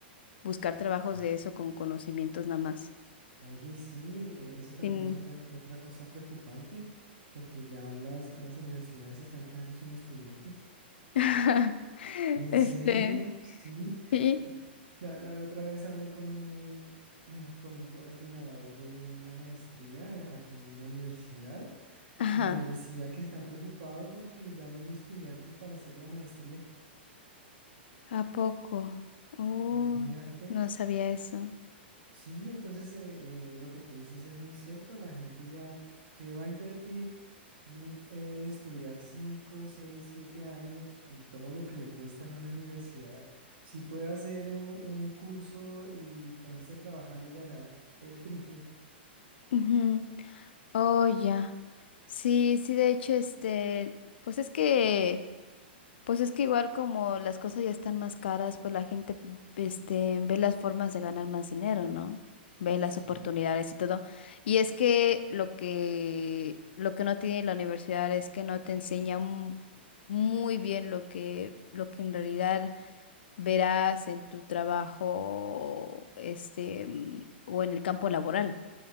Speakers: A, on the left (about 65°); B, on the right (about 55°).
A: buscar trabajos
B: Mm.
A: de eso con conocimientos nada más.
B: Oye, sí, e- eso también
A: Sin,
B: es otra, otra cosa preocupante, porque ya las, las universidades se están quedando sin estudiantes.
A: <laughs>
B: ¿En
A: este,
B: serio? Sí.
A: sí,
B: La, la otra vez hablé con un, <clears throat> con un coordinador de una maestría eh, aquí en la universidad
A: ajá,
B: y me decía que están preocupados porque ya no hay estudiantes para hacer la maestría.
A: ¿a poco? Oh,
B: Imagínate.
A: no sabía eso.
B: Sí, entonces eh, eh, lo que tú dices es muy cierto. La gente ya que va a invertir mm, en estudiar 5, 6, 7 años y todo lo que le cuesta en una universidad, si puede hacer un, un curso y ponerse a trabajar y ganar el triple,
A: Ujú. Oh, ya. Sí, sí, de hecho, este, pues es que, pues es que igual como las cosas ya están más caras, pues la gente, este, ve las formas de ganar más dinero, ¿no? Ve las
B: sí,
A: oportunidades y todo. Y es que lo que, lo que no tiene la universidad es que no te enseña mu- muy bien lo que, lo que en realidad verás en tu trabajo, este, o en el campo laboral.